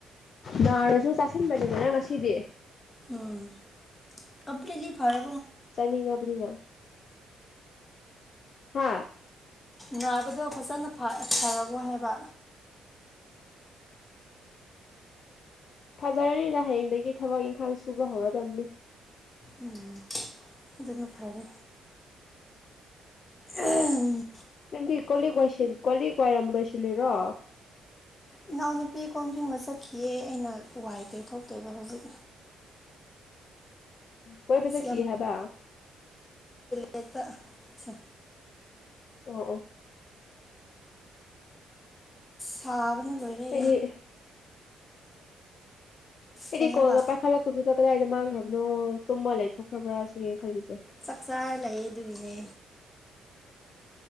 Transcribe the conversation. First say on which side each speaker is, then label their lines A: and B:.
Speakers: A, on the left (about 55°); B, on the left (about 20°).
A: ꯅꯥꯅꯁꯨ ꯆꯥꯁꯤꯟꯕꯅꯤꯗꯅ ꯉꯁꯤꯗꯤ
B: ꯎꯝ ꯀꯄ ꯂ ꯐꯔ
A: ꯆꯥꯅꯤꯡꯉꯕꯅꯤꯅ ꯍꯥꯥ
B: ꯅꯥꯕꯗꯣ ꯐꯖꯅ ꯐꯔꯃꯣꯏ ꯍꯥꯏꯕ
A: ꯐꯖꯔꯅꯤꯅ ꯍꯌꯦꯡꯗꯒꯤ ꯊꯕꯛ ꯏꯪꯈꯥꯡ ꯁꯨꯕ ꯍꯧꯔꯗꯝꯗꯝꯅꯤ
B: ꯎꯝ ꯑꯗꯨꯅ ꯐꯔꯦ ꯎꯝ
A: ꯅꯗꯤ ꯀꯂ ꯀꯣꯏꯁꯤ ꯀꯂ ꯀꯣꯏꯔꯝ ꯂ ꯑꯣꯏꯁꯤꯦ ꯔꯣ
B: ꯏꯅꯥꯎꯅꯨꯄꯤ ꯀꯣꯝ ꯊꯤꯡꯕ ꯆꯠꯈꯤꯑ ꯑꯩꯅ ꯋꯥꯏ ꯇꯩ ꯊꯣꯛꯇꯣꯏꯕ ꯍꯧꯖꯤꯛ
A: ꯀꯣꯏ ꯄꯁ
B: ꯁꯤ
A: ꯍ ꯍꯥꯏꯕ
B: ꯌꯦꯇ ꯆ
A: ꯑ ꯎ
B: ꯁꯥꯕꯅ ꯂꯣꯏꯔꯦ
A: ꯐꯔꯤ ꯑꯩꯗꯤ
B: ꯀꯩ ꯍꯥꯏꯕ
A: ꯀꯣꯜꯂꯒ ꯄꯥꯏꯈꯠꯂꯛꯇꯕꯗꯨꯗ ꯀꯗꯥꯏꯗ ꯃꯥꯡꯈ꯭ꯔꯕꯅꯣ ꯇꯨꯝꯃ ꯂꯩꯊꯣꯛꯈ꯭ꯔꯕ꯭ꯔꯥ ꯁꯤꯅ ꯈꯜꯂꯤꯁꯦ
B: ꯆꯥꯛꯆꯥꯥꯔ ꯂꯩꯌꯦ ꯑꯗꯨꯏꯅꯦ